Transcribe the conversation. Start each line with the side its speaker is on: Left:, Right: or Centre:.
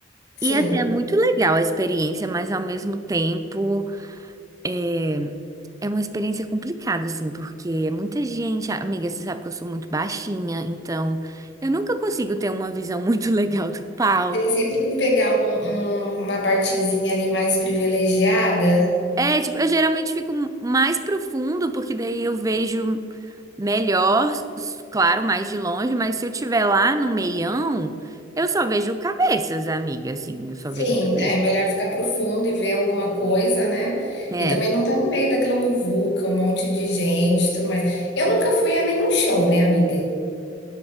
Right: E,
Left: Sim,
Right: assim, é muito legal a experiência, mas ao mesmo tempo é, é uma experiência complicada, assim, porque é muita gente. Amiga, você sabe que eu sou muito baixinha, então eu nunca consigo ter uma visão muito <laughs> legal do palco.
Left: tem sempre que pegar um- um- uma partezinha ali mais privilegiada.
Right: É, tipo, eu geralmente fico mais profundo, porque daí eu vejo melhor, s- claro, mais de longe, mas se eu tiver lá no meião, eu só vejo cabeças, amiga, assim, eu só
Left: Sim,
Right: vejo cabeça.
Left: é melhor ficar pro fundo e ver alguma coisa, né?
Right: É,
Left: E também não tá no meio daquela muvuca, um monte de gente, e tudo mais. Eu nunca fui a nenhum show, né, amiga?